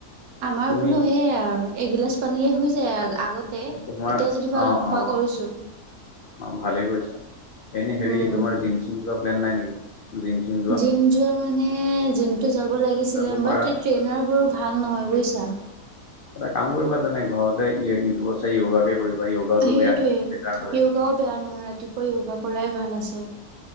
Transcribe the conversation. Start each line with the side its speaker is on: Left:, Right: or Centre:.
Right: আমাৰ
Left: তুমি
Right: বোলো সেইয়াই আৰু এগিলাচ পানীয়ে হৈ যায় আগতে এতিয়া
Left: তোমাৰ
Right: যেনিবা
Left: অ
Right: অলপ
Left: অ
Right: খোৱা কৰিছোঁ।
Left: অ' ভালেই কৰিছা। এনে হেৰি
Right: উম
Left: তোমাৰ জিম চিম যোৱা প্লেন নাই নেকি জিম চিম যোৱা।
Right: জিম মানে জিমটো <unintelligible> ট্ৰেইনাৰবোৰ
Left: যাব পাৰা
Right: ভাল নহয় বুজিছা।
Left: এটা কাম কৰিবা তেনে ঘৰতে ইউটিউবত চাই যোগাকে কৰিবা। য়োগাওটো
Right: সেইটোৱেই
Left: বেয়া বেটাৰ হয়
Right: য়োগাও বেয়া নহয় ৰাতিপুৱা য়োগা কৰাই ভাল আছে।